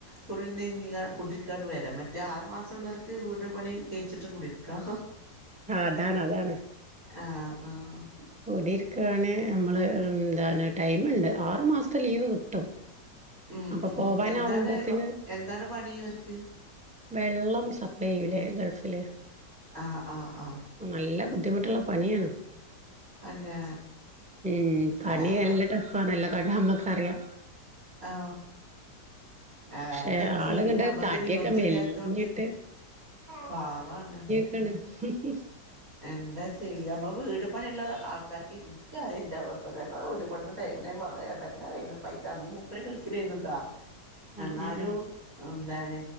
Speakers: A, on the right; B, in the centre.
A: കുടിരുന്നു കഴിഞ്ഞേഞ്ഞാൽ കുടിരിക്കാന് വരാം മറ്റേ ആറ് മാസള്ളോർ വീട് പണി കഴിച്ചിട്ട് കുടിരിക്കാം.
B: ആ അതാണ് അതാണ്
A: ആഹ് ആഹ്
B: കൂടിരിക്കാന് നമ്മള് എന്താണ് ടൈമുണ്ട് ആറു മാസത്തെ ലീവ് കിട്ടും.
A: ഉം
B: അപ്പൊ
A: ഉം
B: പോവാനാവുമ്പോത്തിന്
A: എന്താണ് വ എന്താണ് പണി ഇവര്ക്ക്‌?
B: വെള്ളം സപ്ലൈ ചെയ്യുലെ ഗൾഫില്?
A: ആഹ് ആഹ് ആഹ്
B: നല്ല ബുദ്ധിമുട്ടുള്ള പണിയാണ്.
A: അന്നെ
B: ഉം പണി
A: ആഹ്
B: നല്ല ടഫ് ആണല്ലോ കണ്ടാ നമ്മക്കറിയാ.
A: ആ വേറെന്തപ്പ
B: പക്ഷെ
A: ചെയ്യ
B: ആള്ങ്ങട്ട്
A: നമ്മക്ക്
B: തടിയൊക്കെ
A: നിവൃത്തില്ലാത്തോണ്ട്
B: മെലിഞ്ഞിട്ട്
A: പാവാണ്.
B: ഹും ഹ്‌ ഹ്‌.
A: എന്താ ചെയ്യാ മ്മള് വീട് പണിയുള്ള ആൾക്കാർക്ക് ഇൻക്കറിയാ ഇന്റെ അവസ്‌ഥ ഞങ്ങളെ വീട് പണിന്റെ ടൈമിന് മാളേ ഇടങ്ങറെനി പൈസ അന്ന് മുപ്പര് ഗൾഫിലെരുന്ന്ട്ടാ. എന്നാലും.
B: ആഹ് ആഹ്
A: എന്താണ്